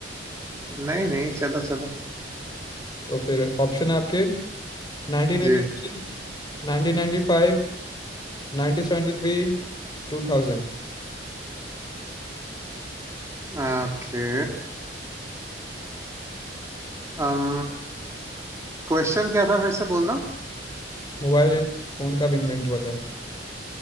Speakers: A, on the right (about 15°); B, on the left (about 25°).
A: नहीं नहीं चलो चलो
B: तो फिर ऑप्शन है आपके nineteen
A: जी
B: eighty three, nineteen ninety five nineteen seventy three two thousand
A: ओके अम क्वेश्चन क्या था फिर से बोलना
B: Mobile इन- फोन कब इन्वेंट हुआ था